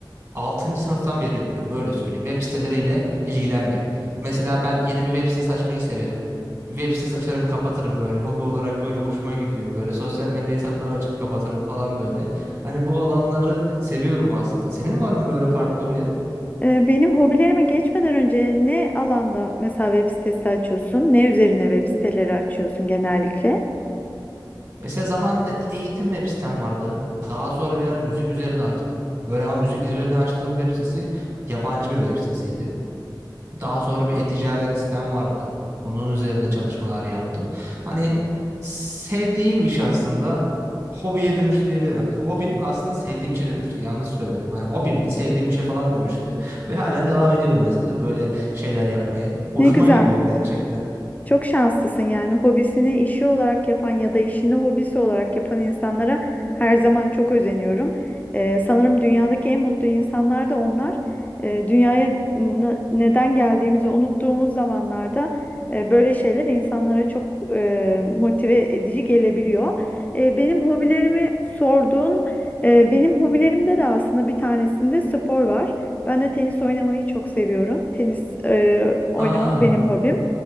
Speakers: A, on the right; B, on the left.
A: Altıncı sınıftan beri yapıyorum öyle söyleyeyim. Web siteleriyle ilgilenmek. Mesela ben yeni bir web sitesi açmayı severim. Web sitesi açarım kapatırım böyle hobi olarak böyle hoşuma gidiyor böyle sosyal medya hesapları açıp kapatırım falan böyle. Hani bu alanları seviyorum aslında. Senin var mı böyle farklı hobileri?
B: Ee, benim hobilerime geçmeden önce ne alanda mesela web sitesi açıyorsun? Ne üzerine web siteleri açıyorsun genellikle?
A: Mesela zamanında eğitim web sitem vardı. Daha sonra bir ara müzik üzerine açtım. Böyle ama müzik üzerine açtığım web sitesi yabancı bir web sitesiydi. Daha sonra bir e-ticaret sistem vardı. Onun üzerine çalışmalar yaptım. Hani sevdiğim iş aslında hobiye dönüştü diyebilirim. Aslında Hobim aslında sevdiğim işe dönüştü. Yanlış söyledim. Hani hobimdi, sevdiğim işe falan dönüştü ve halen devam ediyorum mesela böyle şeyler yapmayı. Hoşuma
B: Ne güzel.
A: gidiyor gerçekten.
B: Çok şanslısın yani hobisini işi olarak yapan ya da işini hobisi olarak yapan insanlara her zaman çok özeniyorum. Ee, sanırım dünyadaki en mutlu insanlar da onlar. Ee, dünyaya n- neden geldiğimizi unuttuğumuz zamanlarda e, böyle şeyler insanlara çok e, motive edici gelebiliyor. E, benim hobilerimi sorduğun, e, benim hobilerimde de aslında bir tanesinde spor var. Ben de tenis oynamayı çok seviyorum. Tenis e, oynamak
A: Aa.
B: benim hobim.